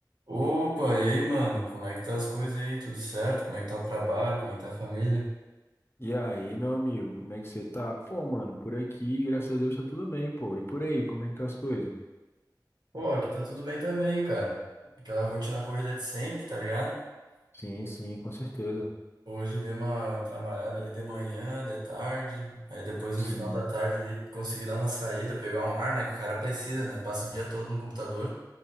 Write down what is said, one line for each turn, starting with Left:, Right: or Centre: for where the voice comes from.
Right: Opa, e aí, mano? Como é que tá as coisas aí? Tudo certo? Como é que tá o trabalho? Como é que tá a família?
Left: E aí, meu amigo, como é que você tá? Pô, mano, por aqui, graças a Deus, tá tudo bem, pô. E por aí, como é que tá as coisas?
Right: Pô, aqui tá tudo bem também, cara. Aquela rotina corrida de sempre, tá ligado?
Left: Sim, sim, com certeza.
Right: Hoje dei uma trabalhada ali de manhã, de tarde. Aí depois no
Left: Sim.
Right: final da tarde ali consegui dar uma saída, pegar um ar, né? Que o cara precisa, né? Passa o dia todo no computador.